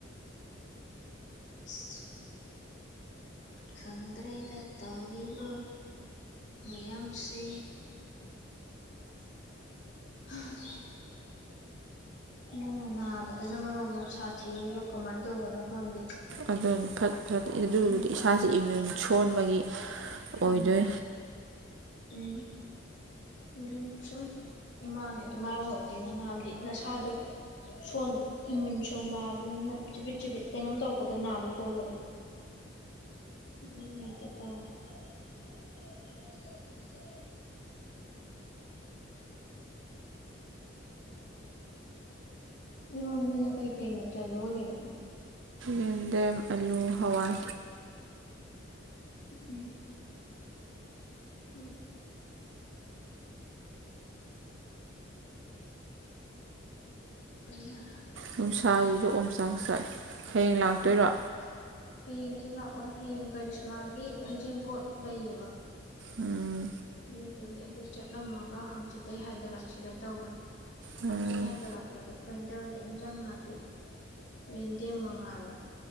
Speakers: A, on the left (about 65°); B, on the right (about 70°).
A: ꯑꯁ ꯈꯪꯗ꯭ꯔꯦꯗ ꯇꯧꯔꯤꯕ ꯃꯌꯥꯝꯁꯦ ꯍꯥꯝ ꯅꯪꯅ ꯅꯥꯕꯗꯅ ꯃꯔꯣꯝꯃ ꯁꯥꯊꯤꯔꯤꯕ ꯀꯃꯥꯏ ꯇꯧꯕꯅꯣ ꯈꯪꯗꯦ
B: ꯑꯗꯨꯅꯤ ꯐꯠ ꯑꯗꯨꯕꯨꯗꯤ
A: ꯎꯝ
B: ꯏꯁꯥꯁꯦ ꯏꯃꯨꯟ ꯁꯣꯟꯕꯒꯤ
A: ꯎꯝ
B: ꯑꯣꯏꯗꯣꯏꯅꯤ
A: ꯎꯝ ꯑꯗꯨꯝ ꯁꯨꯝ ꯏꯃꯥꯅꯦ ꯑꯗꯨꯃꯥꯏ ꯑꯣꯏꯗꯣꯏꯅꯤ ꯅꯥꯟꯗꯤ ꯅꯁꯥꯗꯣ ꯁꯣꯟ ꯏꯃꯨꯟ ꯁꯣꯟꯕ ꯍꯥꯏꯕꯗꯨꯅꯤꯅ ꯆꯤꯕꯤꯠ ꯆꯤꯕꯤꯠ ꯀꯩꯅꯣꯝ ꯇꯧꯔꯛꯄꯗ ꯅꯥꯗꯣꯏ ꯇꯧꯕꯗꯣ <unintelligible> ꯏꯔꯣꯟꯕꯅ ꯀꯩ ꯀꯩ ꯃꯆꯜ ꯂꯣꯂꯤꯅꯣ
B: ꯌꯦꯟꯗꯦꯝ ꯑꯂꯨ ꯍꯋꯥꯏ
A: ꯎꯝ ꯎꯝ ꯀꯩ ꯍꯥ
B: ꯅꯨꯡꯁꯥꯁꯤꯁꯨ ꯑꯣꯝꯆꯥꯛ ꯆꯥꯛꯑꯦ ꯍꯌꯦꯡ ꯂꯥꯛꯇꯣꯏꯔꯣ
A: ꯎꯝ ꯍꯌꯦꯡꯗꯤ ꯂꯥꯛꯑꯣꯏ ꯍꯌꯦꯡ ꯀꯔꯤꯁꯃꯥꯒꯤ ꯍꯩꯖꯤꯡꯄꯣꯠ ꯂꯩꯌꯦꯕ
B: ꯎꯝ
A: ꯑꯗꯨꯗꯨꯒꯤ ꯑꯗꯨ ꯆꯠꯂꯝꯃꯒ ꯍꯡꯆꯤꯠꯇꯩ ꯍꯥꯏꯒꯠꯂꯛꯁꯤꯔ ꯇꯧꯕꯅꯤ
B: ꯎꯝ
A: ꯍꯡꯆꯤꯠ ꯍꯥꯏꯒꯠꯂꯛꯄꯗ ꯀꯩꯅ ꯇꯧꯔꯗꯤ ꯍꯤꯟꯖꯥꯡ ꯅꯥꯄꯤ ꯌꯦꯟꯗꯦꯝ ꯃꯉꯥꯏꯔꯦ